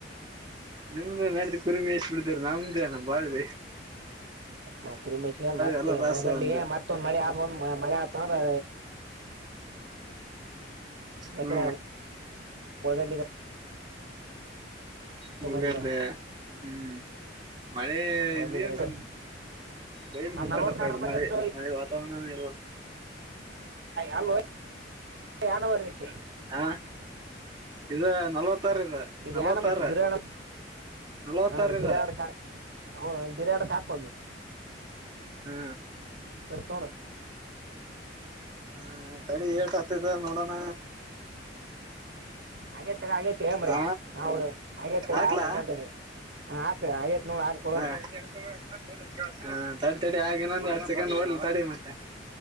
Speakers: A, on the right (about 25°); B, on the right (about 65°).
A: ನಿಮ್ದ ನಡಿದ ಕುರಿಮೇಶ್ ಬಿಡತಾರೆ ನಮ್ದೇ ನ ಬಾಳ್ವ
B: ನ್ ಕುರುಮೇಶಗ ಮತ್ತೆ
A: ಎಲ್ಲ ಲಾಸ್
B: ಹೊಳಗಡ್ಿಗೆ
A: ಅಂದೆ
B: ಮತ್ತೆ ಮತ್ತೊಂದ್ ಮಳೆ ಆಗ ಒಂದ್ ಮಳೆ ಆಗ್ತಂದ್ರ ಮತ್ತೆ
A: ಹ್ಮ್
B: ಒಳಗ
A: ಮುಳಗದ್ದೇ
B: ಮಾಡಿ ಬಿಡೋಣ
A: ಹ್ಮ್ ಮಳೆ
B: ನಾನು
A: ಇದ್ಯ ನ ಬಯಲ್ ಬ
B: ನಲ್ವತ್ತಾರು
A: ಕಾಟಪ್ಪ ಇ
B: ಮರಿ
A: ಮಳೆ
B: ಹಚ್ಚು
A: ಮಳೆ ತಾವನಾನೇವ
B: ಅಲ್ ಯನ ಬಗಚ
A: ಹ ಇದು ನಲ್ವತ್ತಾರ ಇ
B: ಇದು
A: ನಲ್ವತ್ತಾರ
B: ಯಾ ನಂಬರ್ ಐತಿ ಜುರಿಯಾಡ
A: ನಲ್ವತ್ತಾರ
B: ಅಂದ್ರೆ ಜಿರೆ
A: ಇದ
B: ಹಾಡ್ಕ್ ಹದ ಜಿರಾಡ್ಕ್ ಹಾಕಬೇಕ
A: ಹ್ಮ
B: ಇರ್ತೋೊಂಡ
A: ಹ್ಮ ತಡಿ ಏಟ್ ಆತಿದೆ ನೋಡೋಣ
B: ಹಾಗೇ ತಗ ಹಾಗಗೇತಿ ಮ್ರೆ
A: ಹ
B: ನಾವು ಹಾಗೇ ತಗ
A: ಹಾಕ್ಲಾ
B: ಅಲ್ಲ ಅನ್ನಯೊಗೆ ಹ ಹಾಕ ಆತ್ ನೋ ಹಡ್ಕೊಡ
A: <unintelligible> ಹಾ ತಡೆ ತಡಿ ಆಗೆನೊಂದ್ ಎರಡ್ ಸೆಕೆಂಡ್ ಓಡ್ಲಿ ತಡಿ ಮತ್ತೆ